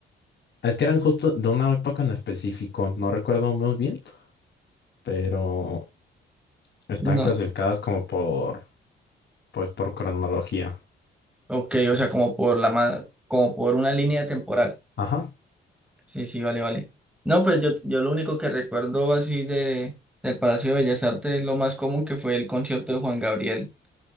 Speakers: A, on the left (about 55°); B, in the centre.
A: es que eran justo de una época en específico, no recuerdo muy bien, pero están
B: No,
A: clasificadas como por, pues por cronología.
B: Ok, o sea, como por la ma- como por una línea temporal.
A: Ajá.
B: Sí, sí, vale, vale. No, pues yo, yo lo único que recuerdo así de del Palacio de Bellas Artes es lo más común que fue el concierto de Juan Gabriel.